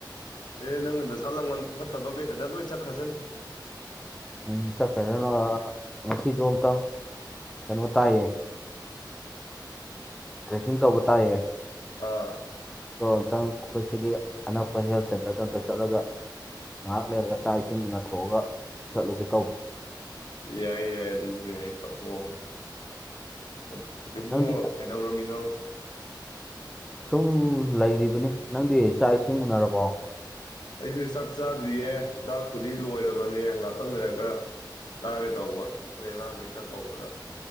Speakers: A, on the left (about 65°); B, in the centre.
A: ꯑꯦ ꯅꯪꯅ ꯗꯁꯥ ꯂꯪꯕꯟ ꯐꯠꯇꯕꯈꯩ ꯑꯗ ꯂꯣꯏ ꯆꯠꯈ꯭ꯔꯁꯅꯨ
B: ꯎꯝ ꯆꯠꯈ꯭ꯔꯁꯅꯣ
A: ꯅꯪ
B: ꯉꯁꯤꯗꯣ ꯑꯝꯇꯪ ꯀꯩꯅꯣ ꯇꯥꯏꯌꯦ ꯗ꯭ꯔꯦꯁꯤꯡ ꯇꯧꯕ ꯇꯥꯢꯑꯦ
A: ꯑꯥ
B: ꯑꯗꯣ ꯑꯃꯨꯛꯇꯪ ꯑꯩꯈꯣꯏ ꯁꯤꯒꯤ ꯑꯅꯛꯄ ꯍꯦꯜꯊ ꯁꯦꯟꯇꯔꯗ ꯑꯝꯇ ꯆꯠꯂꯒ ꯉꯥꯏꯍꯥꯛ ꯂꯩꯔꯒ ꯆꯥꯛ ꯏꯁꯤꯡ ꯅꯊꯣꯛꯑꯒ ꯆꯠꯂꯨꯒꯦ ꯇꯧꯕꯅꯤ
A: ꯌꯥꯏ ꯌꯥꯏ ꯑꯗꯨꯁꯨ ꯌꯥꯏ ꯇꯧꯊꯣꯛꯑꯣ ꯍꯧꯖꯤꯛꯄꯨ
B: ꯅꯪꯗꯤ
A: ꯀꯩꯗꯧꯔꯝꯃꯤꯅꯣ
B: ꯁꯨꯝ ꯂꯩꯔꯤꯗꯨꯅꯤ ꯅꯪꯗꯤ ꯆꯥꯛ ꯏꯁꯤꯡ ꯎꯅꯔꯕꯣ
A: ꯑꯩꯁꯨ ꯆꯥꯛ ꯆꯥꯗ꯭ꯔꯤꯌꯦ ꯆꯥꯛꯄꯨꯗꯤ ꯂꯣꯏꯔꯕꯅꯦ ꯉꯥꯛꯇꯪ ꯂꯩꯔꯒ ꯆꯥꯔꯒꯦ ꯇꯧꯕ ꯑꯩꯈꯣꯏ ꯑꯉꯥꯡꯈꯩ ꯈꯔ ꯀꯧꯔꯒ